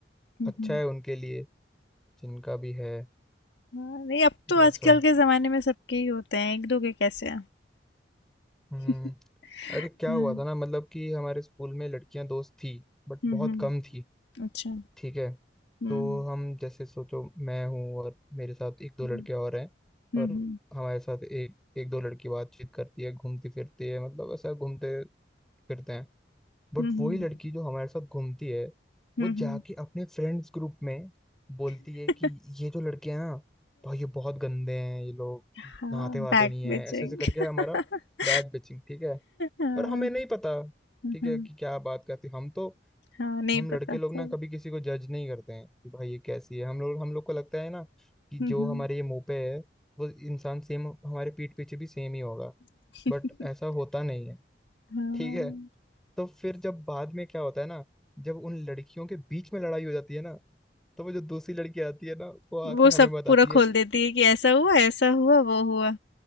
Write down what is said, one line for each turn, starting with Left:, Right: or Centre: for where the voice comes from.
Left: हम्म
Centre: अच्छा
Left: हम्म।
Centre: है उनके लिए जिनका भी है
Left: हाँ, नहीं अब तो
Centre: वैसा
Left: आजकल के जमाने में सबके ही होते हैं एक दो के कैसे हैं <laughs>
Centre: हम्म अरे क्या
Left: हम्म
Centre: हुआ था ना मतलब कि हमारे स्कूल में लड़कियां दोस्त थी बट
Left: हम्म
Centre: बहुत कम थी
Left: अच्छा
Centre: ठीक है
Left: हम्म
Centre: तो हम जैसे सोचो मैं हूँ और मेरे साथ एक दो
Left: हम्म
Centre: लड़के और हैं
Left: हम्म
Centre: और हमारे साथ एक एक दो लड़की बातचीत करती है घूमती फिरती है मतलब ऐसा घूमते फिरते हैं बट
Left: हम्म
Centre: वही लड़की जो हमारे साथ घूमती है
Left: हम्म
Centre: वो जाके अपने फ्रेंड्स ग्रुप में बोलती
Left: ये-
Centre: है
Left: <laughs>
Centre: कि ये जो लड़के हैं ना भाई ये बहुत गंदे हैं ये लोग
Left: हाँ
Centre: नहाते वहाते
Left: बैक
Centre: नहीं है
Left: बेचिंग
Centre: ऐसे ऐसे करके हमारा
Left: <laughs>
Centre: बैग बेचिंग ठीक है
Left: हाँ
Centre: और हमें नहीं पता ठीक
Left: हाँ
Centre: है कि क्या बात करती हम तो
Left: हाँ, नहीं
Centre: हम लड़के
Left: पता सर
Centre: लोग ना कभी किसी को जज नहीं करते हैं कि भाई ये कैसी है हम लोग हम लोग को लगता है ना कि जो
Left: हम्म
Centre: हमारे ये मुंह पे है वो इंसान सेम हमारे पीठ पीछे भी सेम ही होगा
Left: <laughs>
Centre: बट ऐसा होता नहीं है
Left: हाँ
Centre: ठीक है तो फिर जब बाद में क्या होता है ना जब उन लड़कियों के बीच में लड़ाई हो जाती है ना तो वो जो दूसरी लड़की आती है ना वो आके
Left: वो
Centre: हमें
Left: सब
Centre: बताती
Left: पूरा
Centre: है
Left: खोल देती है कि ऐसा हुआ ऐसा हुआ वो हुआ